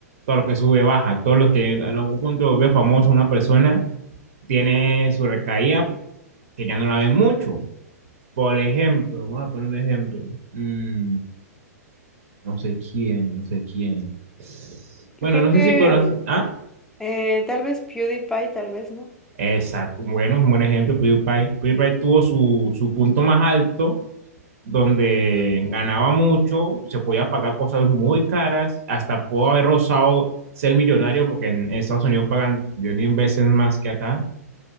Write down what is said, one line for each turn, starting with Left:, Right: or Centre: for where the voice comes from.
Right: todo lo que sube baja, todo lo que en algún punto ve famoso una persona tiene su recaída que ya no la ven mucho. Por ejemplo, vamos a poner un ejemplo. Mm, no sé quién, no sé quién.
Centre: Yo
Right: Bueno,
Centre: creo
Right: no
Centre: que
Right: sé si conoces.
Centre: mm,
Right: Ah,
Centre: eh, tal vez PewDiePie, tal vez, ¿no?
Right: exacto. Bueno, un buen ejemplo, PewDiePie. PewDiePie tuvo su, su punto más alto donde
Centre: Ujú.
Right: ganaba mucho, se podía pagar cosas muy caras, hasta pudo haber rozado ser millonario, porque en Estados Unidos pagan diez mil veces más que acá,